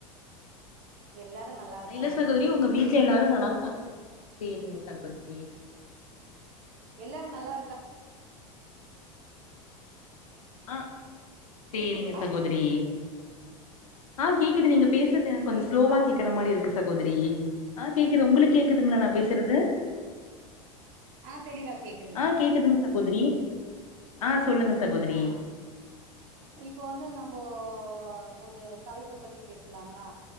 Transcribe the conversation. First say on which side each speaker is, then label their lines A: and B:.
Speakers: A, on the right; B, on the left.
A: எல்லாரு நல்லா இருக்காங்க
B: அ இல்ல சகோதரி உங்க
A: சகோதரி
B: வீட்ல எல்லாரு நல்லா ருக்கா சேரிங்க சகோதரி
A: எல்லாரு நல்லா இருக்கா
B: ஆ சேரிங்க
A: கேக்குதுங்களா
B: சகோதரி ஆ கேக்குது நீங்க பேசுறது எனக்கு கொஞ்சோ
A: கேக்குதுங்களா
B: ஸ்லோவா கேக்குற மாரி இருக்கு சகோதரி ஆ கேக்குது உங்களுக்கு கேக்குதுங்களா நா பேசுறது
A: அ தெளிவா கேக்
B: ஆ கேக்குதுங் சகோதரி ஆ சொல்லுங்க சகோதரி
A: ஆ இப்ப வந்து நம்போ ஒரு தலைப்ப பத்தி பேசலாங்களா